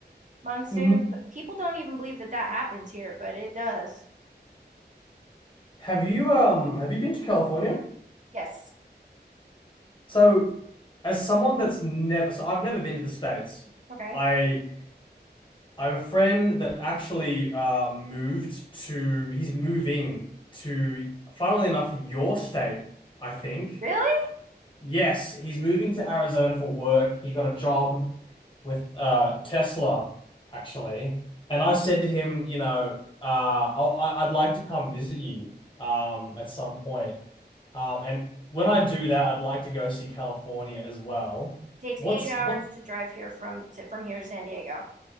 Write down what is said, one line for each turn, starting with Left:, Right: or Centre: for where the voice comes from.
Right: monsoon.
Left: mhm.
Right: But people don't even believe that that happens here, but it does.
Left: Have you um have you been to California?
Right: Yes.
Left: So, as someone that's never, so I've never been to the States.
Right: Okay.
Left: I I have a friend that actually uh, moved to, he's moving to, funnily enough, your state, I think.
Right: Really?
Left: Yes, he's moving to Arizona for work. He got a job with uh, Tesla, actually. And I said to him, you know, uh, I'll, I- I'd like to come visit you um, at some point. Um, and when I do that, I'd like to go see California as well.
Right: Takes
Left: What's
Right: eight hours
Left: what?
Right: to drive here from to from here to San Diego.